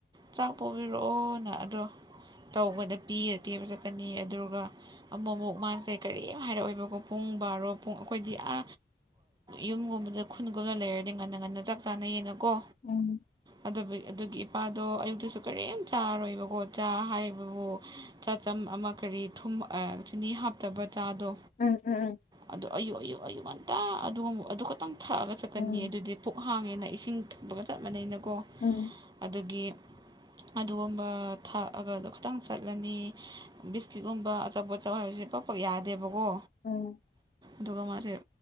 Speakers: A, on the right; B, on the left.
A: ꯆꯥꯛ ꯄꯨꯕꯤꯔꯛꯑꯣꯅ ꯑꯗꯣ ꯇꯧꯕꯗ ꯄꯤꯔ ꯄꯤꯕ ꯆꯠꯀꯅꯤ ꯑꯗꯨꯒ ꯑꯃꯨꯛ ꯑꯃꯨꯛ ꯃꯥꯁꯦ ꯀꯔꯤꯝ ꯍꯥꯏꯔꯛꯑꯣꯏꯕꯀꯣ ꯄꯨꯡ ꯕꯥꯔꯣ ꯄꯨꯡ ꯑꯩꯈꯣꯏꯗꯤ ꯑ ꯌꯨꯝꯒꯨꯝꯕꯗ ꯈꯨꯟꯒꯨꯝꯅ ꯂꯩꯔꯗꯤ ꯉꯟꯅ ꯉꯟꯅ ꯆꯥꯛ ꯆꯥꯅꯩ ꯌꯦꯅꯀꯣ
B: ꯎꯝ
A: ꯑꯗꯨ ꯑꯗꯨꯒꯤ ꯏꯄꯥꯗꯣ ꯑꯌꯨꯛꯇꯁꯨ ꯀꯔꯤꯝ ꯆꯥꯔꯣꯏꯕꯀꯣ ꯆꯥ ꯍꯥꯏꯕꯕꯨ ꯆꯥꯆꯝ ꯑꯃ ꯀꯔꯤ ꯊꯨꯝ ꯆꯤꯅꯤ ꯍꯥꯞꯇꯕ ꯆꯥꯗꯣ
B: ꯎꯝ ꯎꯝ ꯎꯝ
A: ꯑꯗꯨ ꯑꯌꯨꯛ ꯑꯌꯨꯛ ꯑꯌꯨꯛ ꯉꯟꯇꯥ ꯑꯗꯨꯒꯨꯝ ꯑꯗꯨ ꯈꯛꯇꯪ ꯊꯛꯑꯒ ꯆꯠꯀꯅꯤ
B: ꯎꯝ
A: ꯑꯗꯨꯗꯤ ꯄꯨꯛ ꯍꯥꯡꯉꯦꯅ ꯏꯁꯤꯡ ꯊꯛꯄꯒ ꯆꯞ ꯃꯥꯟꯅꯩꯅꯀꯣ
B: ꯎꯝ
A: ꯑꯗꯨꯒꯤ ꯑꯗꯨꯒꯨꯝꯕ ꯊꯥꯛꯑꯒꯗꯣ ꯈꯤꯇꯪ ꯆꯠꯂꯅꯤ ꯕꯤꯁꯀꯤꯠꯀꯨꯝꯕ ꯑꯆꯥꯄꯣ ꯑꯆꯥꯎ ꯍꯥꯏꯕꯁꯦ ꯄꯥꯛ ꯄꯥꯛ ꯌꯥꯗꯦꯕꯀꯣ
B: ꯎꯝ
A: ꯑꯗꯨꯒ ꯃꯥꯁꯦ